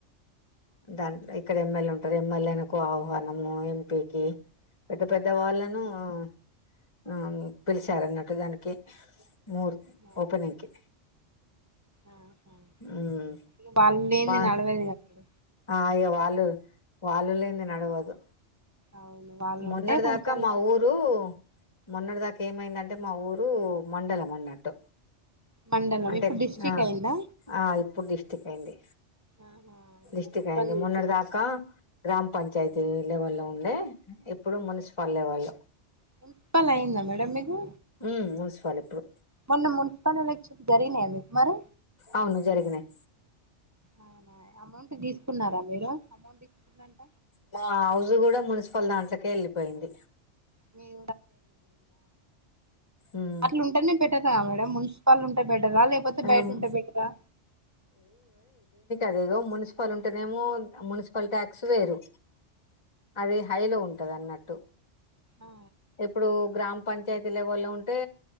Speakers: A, on the left; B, on the right.
A: దాన్ ఇక్కడ ఎమ్మెల్యే ఉంటాది. ఎమ్మెల్యేకు ఆహ్వానము ఎంపీకి, పెద్ద పెద్ద వాళ్ళను ఆహ్ నము పిలిచారన్నట్టు. దానికి మూర్
B: ఆ
A: ఓపెనింగ్ కి
B: ఆహ్ హా
A: ఉమ్
B: ఇగా వాలేంది.
A: వా
B: నడవది గాధ అప్పుడు
A: ఆ అయ్యో వాళ్ళు. వాళ్ళు లేంది నడవదు
B: అవును వాళ్ళు
A: మోన్నడ్దాక
B: ఉంటే కొంచెం
A: మా
B: సప్
A: ఊరు మొన్నటి దాకా ఏమైందంటే. మా ఊరు మండలం మన్నట్టు
B: మండలం
A: అంటే
B: ఇప్పుడు డిస్టిక్
A: ఆ
B: అయిందా
A: ఆ ఇప్పుడు డిస్టిక్ అయింది.
B: ఆహా
A: డిస్టిక్
B: మున్సిపల్
A: అయింది మోన్నటి
B: చేసిర్రు
A: దాకా గ్రామ పంచాయతీ లెవెల్లో ఉండే ఇప్పుడు మున్సిపల్ లెవెల్లో
B: మున్సిపల్ అయిందా మేడమ్ మీది
A: ఉమ్ మున్సిపల్ ఇప్పుడు
B: మొన్న మున్సిపల్ ఎల జరిగినయ మీకు మరే
A: అవును జరిగినయ్
B: అవునా అమౌంట్ తీసుకున్నారా మీరు అమౌంట్ ఇ చ్చిరంట
A: మా హౌజ్ కూడా మున్సిపల్ దాంట్లకే ఎళ్ళిపోయింది
B: మీది
A: ఉమ్
B: అట్లుంటేనే బెటరా మేడం మున్సిపల్ ఉంటే బెటరా లేకపోతే బయట
A: ఉమ్
B: ఉంటే బెటరా
A: అదేదో మున్సిపల్ ఉంటేనేమో మున్సిపల్ ట్యాక్స్ వేరు అది హైలో ఉం ట్టదన్నట్టు
B: ఆ
A: ఇప్పుడు గ్రామ్ పంచాయతి లేవల్ లో ఉన్ టే